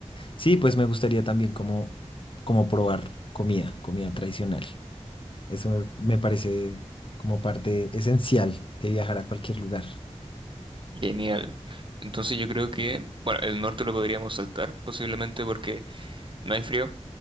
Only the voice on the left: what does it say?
Sí, pues me gustaría también como, como probar comida, comida tradicional. Eso me, me parece como parte esencial de viajar a cualquier lugar.